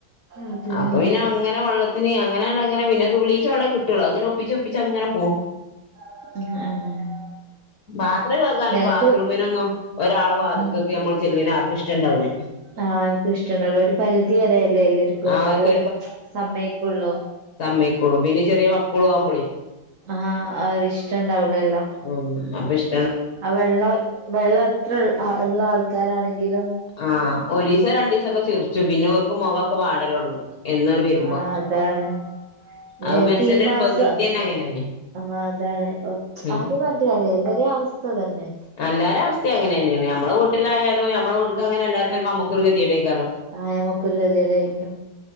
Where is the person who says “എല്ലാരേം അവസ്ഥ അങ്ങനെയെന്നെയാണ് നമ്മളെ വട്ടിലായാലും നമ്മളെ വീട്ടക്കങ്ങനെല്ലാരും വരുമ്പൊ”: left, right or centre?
Left